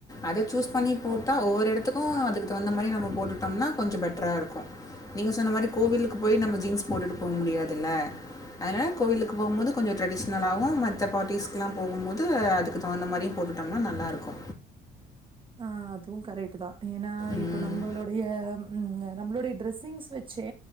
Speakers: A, on the left; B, on the right.
A: அதை சூஸ் பண்ணி போட்டா ஒவ்வொரு இடத்துக்கு அதுக்கு தகுந்த மாரி நம்ம போட்டுட்டோம்னா கொஞ்சோ பெட்டரா இருக்கு நீங்க சொன்ன மாரி கோவிலுக்கு போய் நம்ம ஜீன்ஸ் போட்டுட்டு போ முடியாதுல்ல அதனால கோவிலுக்கு போம்போது கொஞ்சோ ட்ரெடிஷ்னலாவு மத்த பார்டிஸ்க்குலா போம்போது அதுக்கு தகுந்த மாரி போட்டுட்டோம்னா நல்லாருக்கு
B: ஆ அதுவு கரெக்ட் தா ஏன்னா
A: ம்.
B: இப்போ நம்மளுடைய நம்மளுடைய ட்ரெஸ்ஸிங்ஸ் வச்சே